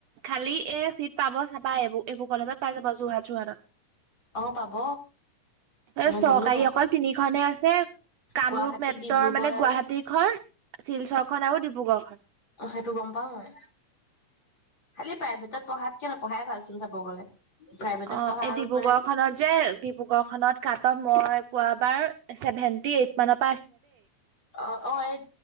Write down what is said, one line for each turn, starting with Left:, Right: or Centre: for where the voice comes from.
Right: খালি এ চিট। পাব চাবা এইবোৰ এইবোৰ কলেজত পাই যাব জোৰহা চোৰহাৰত
Left: অ' পাব
Right: এ
Left: মই
Right: চৰকাৰী
Left: জানো
Right: অকল তিনি খনেহে আছে কামৰূপ
Left: গুৱাহাটী,
Right: মেট্ৰৰ
Left: ডিব্ৰুগড়
Right: মানে
Left: আৰু
Right: গুৱাহাটী খন শিলচৰখন আৰু ডিব্ৰুগড়খন
Left: অ সেইটো গম পাও মই খালি প্ৰাইভেটত পঢ়াতকে নপঢ়াই ভালচোন চাব গলে প্ৰাইভেটত
Right: অ
Left: পঢ়া
Right: এই
Left: আৰু
Right: ডিব্ৰুগড়
Left: মানে
Right: খনত যে ডিব্ৰুগড় খনত কাট মই পোৱা াৰ চছেভেন্টি এইট মানত
Left: অ অ এই